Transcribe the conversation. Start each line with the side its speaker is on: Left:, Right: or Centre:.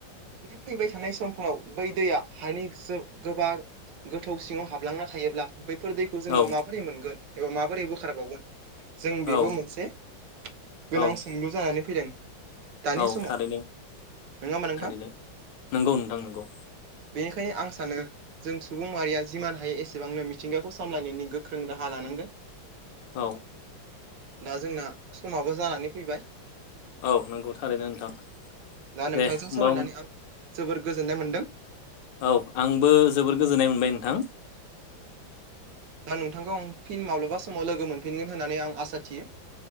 Right: जुदि फैबाय थानाय समफोराव बै दैया हानि गो-गोबां गोथौ सिङाव हाबलांना थायोब्ला बैफोर दैखौ जोङो
Left: औ
Right: माबोरै मोनगोन एबा माबोरै बोखारबावगोन जों बेबो
Left: औ
Right: मोनसे गोनां
Left: औ
Right: सोंलु जानानै फैदों। दानि
Left: औ
Right: समाव
Left: थारैनो
Right: नङा होमबा नोंथां
Left: थारैनो नंगौ नोंथां नोंगौ
Right: बेनिखायनो आं सानो जों सुबुं माहारिया जिमान हायो एसेबांनो मिथिंगाखौ सामलायनायनि गोख्रों राहा लानांगोन।
Left: औ
Right: दा जोंना समाबो जानानै फैबाय
Left: औ नंगौ थारैनो नोंथां
Right: दा नोंथांजों
Left: दे होमबा
Right: सावरायनानै आं जोबोर गोजोननाय मोनदों
Left: औ आंबो जोबोर गोजोननाय मोनबाय नोंथां
Right: ना नोंथांखौ आं फिन माब्लाबा समाव लोगो मोनफिनगोन होननानै आं आसा थियो